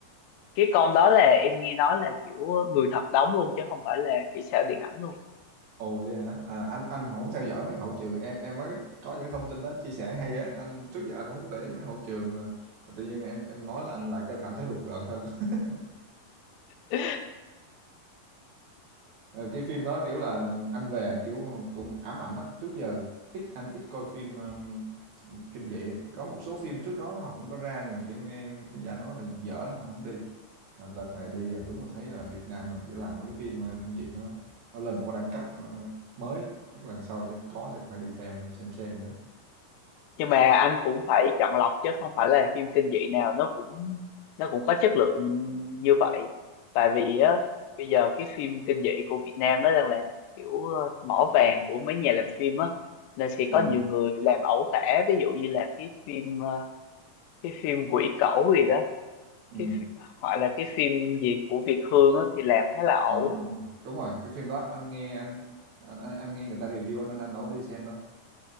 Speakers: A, on the left; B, on the right.
A: cái con đó là em nghe nói là kiểu người thật đóng luôn chứ không phải là kỹ xảo điện ảnh luôn.
B: ồ, vậy hả? À, anh anh hổng theo dõi mấy hậu trường, em em mới có những thông tin đó chia sẻ hay á, anh trước giờ anh hổng để ý mấy hậu trường mà tự nhiên em em nói là anh lại cảm thấy rùng rợn hơn. <laughs>
A: <laughs>
B: Ờ, cái phim đó kiểu là anh về kiểu cũng ám ảnh á trước giờ ít anh ít coi phim um, kinh dị á. có một số phim trước đó họ cũng có ra nhưng mà cái nghe cái giả nói là dở lắm anh không đi mà đợt này đi là đúng là thấy là Việt Nam mình cái làm mấy cái phim ờ, kinh dị nó nó lên một cái đẳng cấp ờ, mới á. chắc lần sau sẽ có sẽ phải đi theo xem xem nữa
A: nhưng mà anh cũng phải chọn lọc chứ không phải là phim kinh dị nào nó cũng nó cũng có chất lượng như vậy tại vì á bây giờ cái phim kinh dị của Việt Nam nó đang là kiểu ờ, mỏ vàng của mấy nhà làm phim á nên sẽ
B: ừ
A: có nhiều người làm ẩu tả ví dụ như là cái phim ờ, cái phim Quỷ Cẩu gì đó
B: ừ
A: cái phim, hoặc là cái phim gì của Việt Hương á thì làm khá là ẩu
B: Ờ, đúng rồi đúng rồi đúng rồi cái phim đó anh nghe anh anh anh, anh nghe người ta review anh anh, anh đâu có đi xem đâu